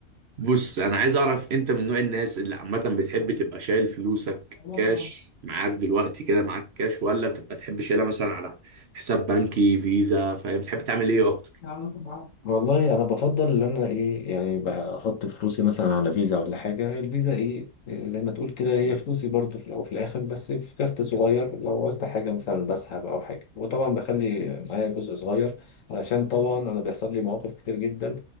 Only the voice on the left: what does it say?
ايه؟
يعلقوا ببعض والله انا بفضل ان انا ايه يعني بحط فلوسي مثلا على فيزا ولا حاجه الفيزا ايه زي ما تقول كده هي فلوسي برضو في الاول وفي الاخر بس في كارت صغير لو عوزت حاجه مثلا بسحب او حاجه وطبعا بخلي معايا جزء صغير علشان طبعا انا بيحصل لي مواقف كتير جدا